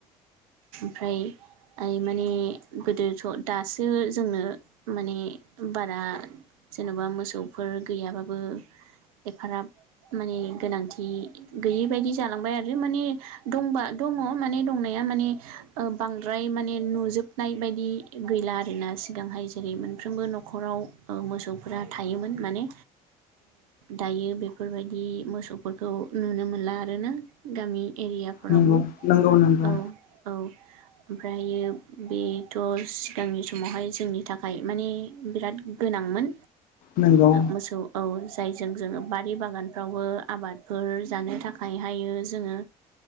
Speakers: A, on the right; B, on the left.
A: ओमफ्राय ओइ माने गोदोथ' दासो जोंनो माने बारा जेन'बा मोसौफोर गैयाबाबो एफाराब माने गोनांथि गैयि बायदि जालांबाय आरो माने दंबा दङ माने दंनाया माने बांद्राय माने नुजोब नाय बायदि गैला आरोना सिगांहाय जेरै मोनफ्रोमबो न'खराव मोसौफोरा थायोमोन माने दायो बेफोरबायदि मोसौफोरखौ नुनो मोनला आरोना गामि एरियाफोरावबो
B: नंगौ नंगौ नंगौ
A: औ औ ओमफ्रायो बेथ' सिगांनि समावहाय जोंनि थाखाय माने बिराद गोनांमोन
B: नंगौ
A: मोसौआव जायजों जोङो बारि बागानफ्रावबो आबादफोर जानो थाखायहायो जोङो